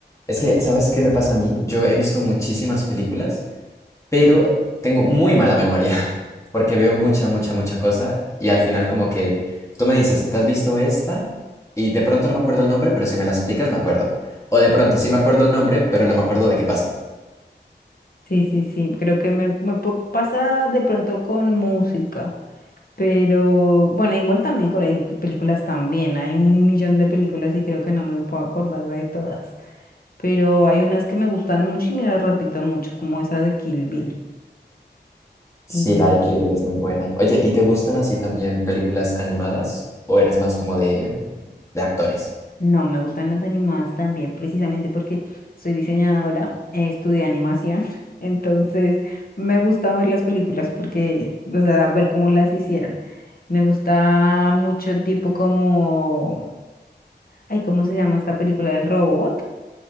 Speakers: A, on the left; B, on the left.
A: Es que, ¿sabes qué me pasa a mí? Yo he visto muchísimas películas, pero tengo muy mala memoria. porque veo mucha, mucha, mucha cosa y al final como que tú me dices, ¿te has visto esta? Y de pronto no me acuerdo el nombre, pero si me la explicas me acuerdo. O de pronto sí me acuerdo el nombre, pero no me acuerdo de qué pasa.
B: Sí, sí, sí, creo que me, me pu- pasa de pronto con música, pero bueno, igual también con las películas también, hay un millón de películas y creo que no me puedo acordar de todas, pero hay unas que me gustan mucho y me las repito mucho, como esa de Kill Bill.
A: Sí,
B: Y
A: la de Kill Bill es muy buena. Oye, ¿y te gustan así también películas animadas o eres más como de, de actores?
B: No, me gustan las animadas también, precisamente porque soy diseñadora, eh, estudié animación, <laughs> entonces me gusta ver las películas porque, o sea, ver cómo las hicieron. Me gusta mucho tipo como, ay, ¿cómo se llama esta película del robot?